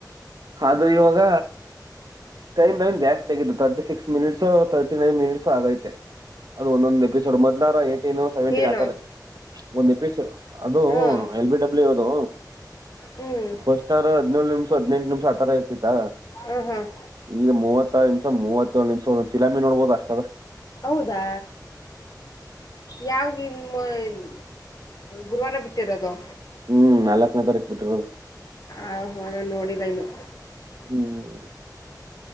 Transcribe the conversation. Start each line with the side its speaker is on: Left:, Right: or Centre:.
Right: ಅದು ಇವಾಗ. ಟೈಮ್ ಏನ್ ಜಾಸ್ತಿ ಆಗತ್ತು thirty six minutes thirty nine minutes ಆಗೈತೆ. ಅದು ಒಂದೊಂದಂದು ಎಪಿಸೋಡ್ ಮೊದಲಾರ ಏಟೀನ್ ಸೆವೆಂಟಿನ್
Left: ಏನು
Right: ಆತಾರ. ಒಂದು ಎಪಿಸೋಡ್. ಅದು
Left: ಹ್ಮ್
Right: ಎಲ್ ಬಿ ಡಬ್ಲ್ಯೂ ಅದು
Left: ಹ್ಮ್
Right: ಫಸ್ಟ್ರ್ ರಾ ಹದಿನೇಳು ನಿಮಿಷ. ಹದ್ನೆಂಟು ನಿಮಿಷ ಆ ತರ ಇರ್ತಿತ್ತ
Left: ಹ್ಮ್ ಹ್ಮ್
Right: ಈಗ ಮೂವ ಹತ್ತ ನಿಮಿಷ ಮೂವತ್ತೇಳು ನಿಮಿಷ ಒಂದೊಂದು ಫಿಲ್ಮ್ ನೋಡ್ಬೋದು ಅಷ್ಟ ಆದ.
Left: ಹೌದಾ ಯಾವ ಇನ್ ಮೂವ್ ಗುರುವಾರ ಬಿಟ್ಟಿರೋದು.
Right: ಹ್ಮ್ ನಾಲ್ಕನೇ ತಾರೀಕು ಬಿಟ್ಟಿರೋದು.
Left: ಆ ಹ ನು ನೋಡಿದ ಇಲ್ಲೋ.
Right: ಹ್ಮ್